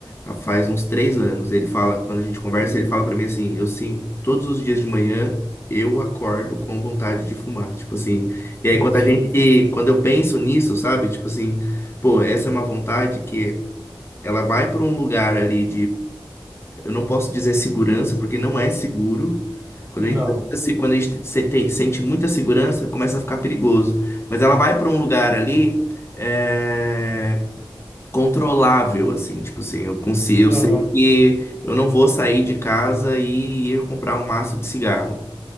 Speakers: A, on the left (about 30°); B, on the right (about 15°).
A: há faz uns 3 anos. Ele fala, quando a gente conversa,
B: Hum,
A: ele fala pra mim assim, eu sim, todos os dias de manhã eu acordo com vontade de fumar, tipo assim. E aí
B: Sim,
A: quando
B: sim.
A: a gente, quando eu penso nisso, sabe? Tipo assim, pô, essa é uma vontade que ela vai pra um lugar ali eu não posso dizer segurança, porque não é seguro. Quando
B: Não.
A: a gente, tem muita se- quando a gente se- tem- sente muita segurança, começa a ficar perigoso. Mas ela vai para um lugar ali é, controlável, assim, tipo assim, eu consigo, eu sei
B: Aham,
A: que eu não vou sair de casa e ir comprar um maço de cigarro.